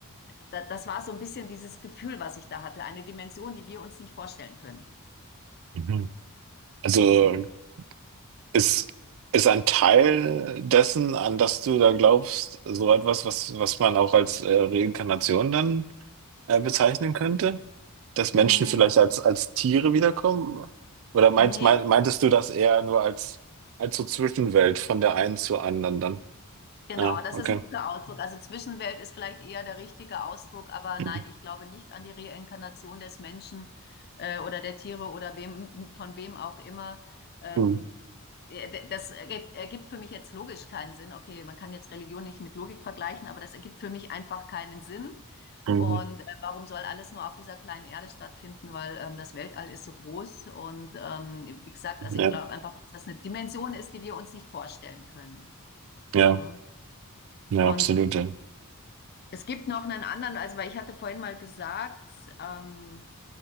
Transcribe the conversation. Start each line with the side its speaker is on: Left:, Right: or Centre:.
Left: da, das war so ein bisschen dieses Gefühl, was ich da hatte. Eine Dimension, die wir uns nicht vorstellen können.
Right: Mhm. Also
Left: Mhm.
Right: ist, ist ein Teil dessen, an das du da glaubst, so etwas, was, was man auch als äh, Reinkarnation dann äh, bezeichnen könnte? dass
Left: Mm,
Right: Menschen vielleicht als, als Tiere wiederkommen? Oder meinst,
Left: Nee,
Right: mein, meintest du das eher nur als, als so Zwischenwelt von der einen zur anderen dann?
Left: Genau,
Right: Ja,
Left: das
Right: okay.
Left: ist ein guter Ausdruck. Also Zwischenwelt ist vielleicht eher der richtige Ausdruck, aber
Right: Mhm.
Left: nein, ich glaube nicht an die Reinkarnation des Menschen äh, oder der Tiere oder wem, von wem auch immer. Ähm,
Right: Mhm.
Left: äh, das ergibt, ergibt für mich jetzt logisch keinen Sinn. Okay, man kann jetzt Religion nicht mit Logik vergleichen, aber das ergibt für mich einfach keinen Sinn.
Right: Mhm.
Left: Und äh, warum soll alles nur auf dieser kleinen Erde stattfinden? Weil ähm, das Weltall ist so groß und ähm, wie gesagt,
Right: Mhm.
Left: also
Right: Ja,
Left: ich glaube einfach, dass das eine Dimension ist, die wir uns nicht vorstellen können.
Right: ja,
Left: Ne?
Right: ja,
Left: Und
Right: absolut. ja.
Left: es gibt noch einen anderen, also weil ich hatte vorhin mal gesagt, ähm,